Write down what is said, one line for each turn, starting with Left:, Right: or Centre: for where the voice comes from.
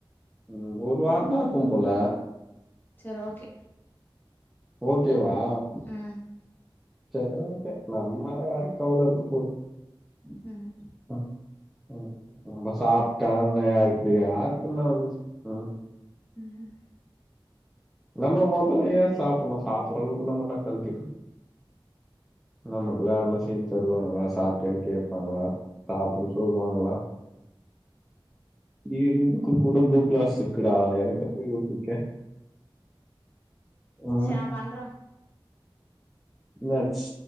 Centre: ம் ஒரு வாரந்தா இருப்ப போல
Left: சரி ஓகே
Centre: ஓகேவா
Left: ம்
Centre: செரி ஓகே நம்மால யாருக்கு கவல இருக்கப்போது
Left: ம்
Centre: ம் ம் நம்ப சாப்ட்டா இல்லையா இப்டி யாருக்கு என்ன வந்துச்சு ம்
Left: ம்
Centre: நம்ம மொதல்ல ஏ சாப்புட்ணு சாப்புடுற அளவுக்கு நம்ம என்ன கழட்டிட்டோ நமக்குல்லா யாரனா செஞ்சுத் தருவாங்களா சாப்ட்டியான்னு கேப்பாங்களா சாப்டுன்னு சொல்லுவாங்களா ஈருயிர்க்கு கூட ப்ளு கிராஸ் இருக்குடா எனக்காக யோசி க்க ம்
Left: சரி நா பண்றே
Centre: நட்ஸ்